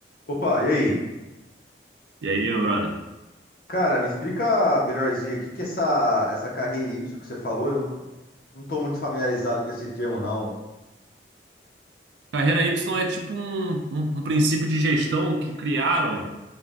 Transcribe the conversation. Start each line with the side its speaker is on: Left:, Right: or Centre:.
Left: Opa, e aí?
Right: E aí, meu brother?
Left: Cara, me explica melhorzinho aí, o que que é essa, essa carreira Y que você falou? Eu não, não tô muito familiarizado com esse termo, não.
Right: Carreira Y é tipo um, um, um princípio de gestão que criaram